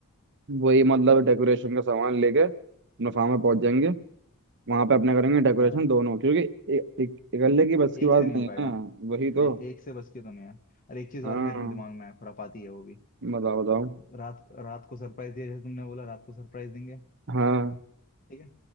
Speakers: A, on the right; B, on the left.
A: वही मतलब डेकोरेशन का सामान लेके अपना फार्म में पहुंच जाएंगे वहां पे अपने करेंगे डेकोरेशन
B: हाँ
A: दोनों क्योंकि ए- एक इकल्ले की बस की
B: एक
A: बात
B: से नहीं
A: नहीं
B: हो पाएगा
A: है ना वही तो
B: ए, एक से बस की तो नहीं है अरे एक चीज
A: हाँ
B: और मेरे में दिमाग में है खुरापाती है वो भी
A: बताओ बताओ
B: रात रात को सरप्राइज दिया जैसे तुमने बोला रात को सरप्राइज देंगे
A: हाँ
B: ठीक है